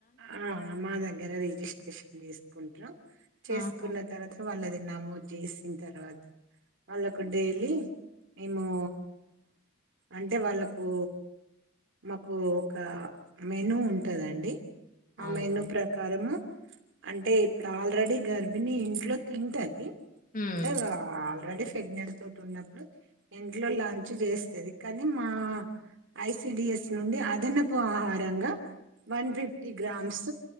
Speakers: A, on the right; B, on the left.
A: ఆ మా దగ్గర రిజిస్ట్రేషన్ జేస్కుంట్రు చేస్కున్న
B: ఆహా
A: తర్వాత వాళ్ళది నమోదు చేసిన తర్వాత వాళ్ళకు డైలీ ఏమో అంటే వాళ్ళకూ మాకు ఒక మేనూ ఉంటందండి ఆ
B: అవునా
A: మేనూ ప్రకారము అంటే ఇప్పుడాల్రెడీ గర్భిణి ఇంట్లో తింటది ఇ
B: హ్మ్
A: అంటే ఆల్రడీ ప్రెగ్నెట్ తోటి ఉన్నప్పుడు ఇంట్లో లంచ్ చేస్తది కానీ మా ఐసిడిఎస్ నుండి అదనపు ఆహారంగా one fif fifty grams